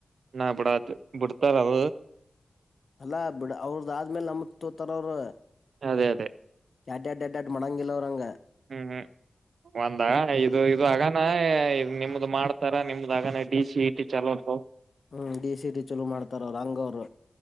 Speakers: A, on the right (about 85°); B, on the left (about 60°).
A: ನಾ <inaudible> ಬಿಡ್ತಾರವ.
B: ಅಲ್ಲಾ ಬಿಡ್ ಅವ್ರದ ಆದ್ಮೇಲೆ ನಮ್ಮತ್ ತೋಗೋತಾರ ಅವ್ರ.
A: ಅದೇ ಅದೇ.
B: ಯಾಡ್ ಯಾಡ್ ಯಾಡ್ ಮಡಂಗಿಲ್ಲ ಅವ್ರಂಗ.
A: ಹ್ಮ್ ಹ್ಮ್ ಒಂದ ಇದು ಇದು ಆಗಾನ ನಿಮ್ದು ಮಾಡ್ತಾರ ನಿಮ್ದ ಆಗನ ಡಿ ಸಿ ಇ ಟಿ ಚಲೋ ಅಂತ ನೋಡ್.
B: ಹ್ಮ್ ಡಿ ಸಿ ಟಿ ಚಲೋ ಮಾಡ್ತಾರ ಅವ್ರ ಹಂಗ ಅವ್ರ.